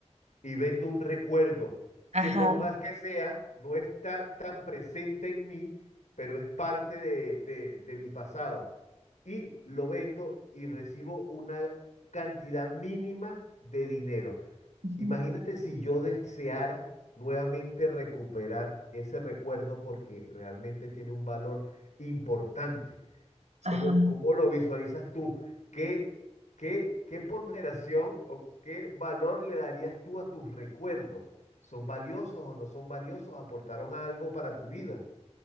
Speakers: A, on the left (about 90°); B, on the right (about 70°).
A: y vendo un recuerdo
B: ajá,
A: que por más que sea, no está tan presente en mí, pero es parte de, de- de mi pasado. Y lo vendo y recibo una cantidad mínima de dinero.
B: ujú,
A: Imagínate si yo deseara nuevamente recuperar ese recuerdo porque realmente tiene un valor importante.
B: ajá?
A: ¿Cómo, cómo lo visualizas tú? ¿Qué, qué, qué ponderación o qué valor le darías tú a tus recuerdos? ¿Son valiosos o no son valiosos? ¿Aportaron algo para tu vida?